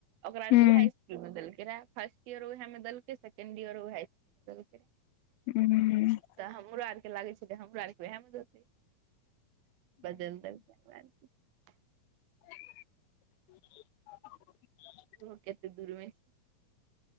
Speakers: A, on the right; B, on the left.
A: ओकरा
B: हुं
A: आर के उहे स्कूल मे देलकै रहा फर्स्ट इयर ओए मे देलकै सेकेंड इयर ओ हाई देलकै
B: हूँ
A: तऽ हमरो आर के लागै छै त हमरो आर के उहय मे देतय गजेनदर <unintelligible>
B: <unintelligible>
A: ओहो कतेक दूर मे छै